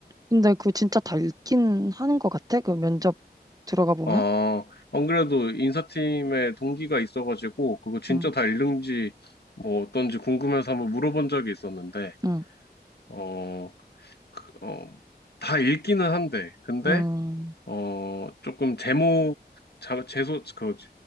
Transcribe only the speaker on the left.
어, 안 그래도 인사팀에 동기가 있어가지고 그거 진짜
다 읽는지 뭐 어떤지 궁금해서 한번 물어본 적이 있었는데
어, 그, 어, 다 읽기는 한데 근데
어, 조금 제목 자, 제소, 그